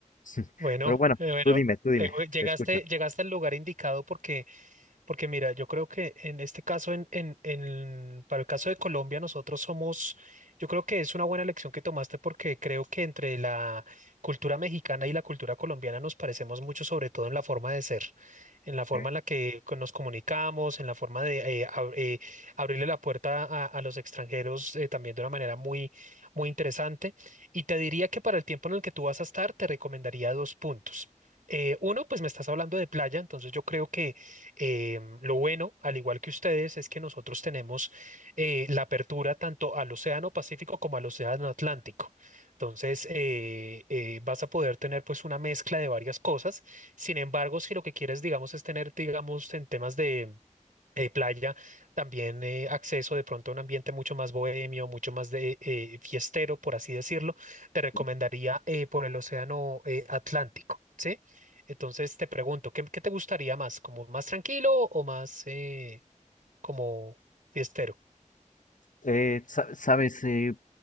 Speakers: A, on the left (about 75°); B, on the right (about 85°).
A: <laughs>
B: Bueno,
A: Pero bueno,
B: eh, bueno,
A: tú dime, tú dime,
B: eh, llegaste,
A: te escucho.
B: llegaste al lugar indicado porque Porque mira, yo creo que en este caso, en, en, en- para el caso de Colombia, nosotros somos, yo creo que es una buena elección que tomaste porque creo que entre la cultura mexicana y la cultura colombiana nos parecemos mucho, sobre todo en la forma de ser, en la forma
A: Ok.
B: en la que co- nos comunicamos, en la forma de eh, ab- eh, abrirle la puerta a, a los extranjeros eh, también de una manera muy, muy interesante. Y te diría que para el tiempo en el que tú vas a estar, te recomendaría dos puntos. Eh, uno, pues me estás hablando de playa, entonces yo creo que eh, lo bueno, al igual que ustedes, es que nosotros tenemos eh, la apertura tanto al Océano Pacífico como al Océano Atlántico. Entonces, eh, eh, vas a poder tener pues una mezcla de varias cosas. Sin embargo, si lo que quieres, digamos, es tener, digamos, en temas de eh, playa, también eh, acceso de pronto a un ambiente mucho más bohemio, mucho más de eh, fiestero, por así decirlo, te recomendaría
A: sí.
B: eh, por el océano eh, Atlántico, ¿sí? Entonces te pregunto, ¿qué, qué te gustaría más? ¿Como más tranquilo o más eh, como fiestero?
A: Eh, sa- ¿sabes? eh,